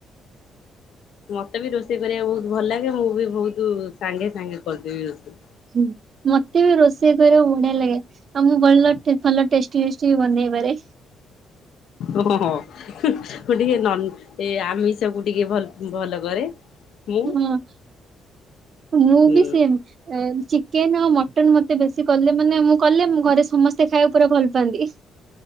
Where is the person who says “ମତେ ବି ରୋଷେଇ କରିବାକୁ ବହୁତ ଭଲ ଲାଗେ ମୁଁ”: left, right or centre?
Left